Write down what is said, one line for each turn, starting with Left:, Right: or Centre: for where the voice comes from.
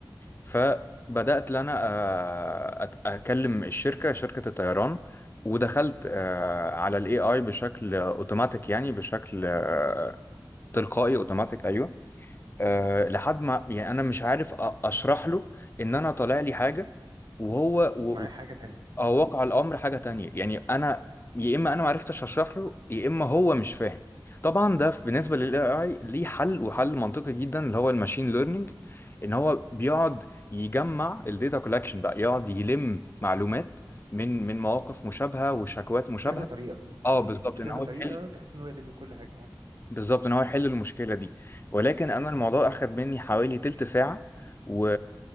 Left: فبدأت ان انا آه، أت- اكلم الشركة شركة الطيران ودخلت آه، على الاي اي بشكل اوتوماتيك يعني بشكل آه، تلقائي اوتوماتيك ايوه آه، لحد ما يعني انا مش عارف أ- اشرح له ان انا طالع لي حاجة وهو
Right: ومعاه حاجه تانية
Left: هو
Right: امم.
Left: واقع الامر حاجه تانية يعني انا يا اما انا ما عرفتش اشرح له يا اما هو مش فاهم طبعا ده في- بالنسبه للاي اي ليه حل وحل منطقي جدا اللي هو الماشين ليرنينج ان هو بيقعد يجمع الداتا كولكشن بقى يقعد يلم معلومات من من مواقف مشابهه وشكوات مشابهه
Right: كذا طريقة
Left: اه
Right: امم
Left: بالظبط
Right: بكذا
Left: ان هو
Right: طريقة
Left: يحل
Right: بحيث ان هو يلم كل حاجة اه
Left: بالظبط ان هو يحل المشكله دي ولكن
Right: مم.
Left: انا الموضوع اخد مني حوالي تلت ساعه و...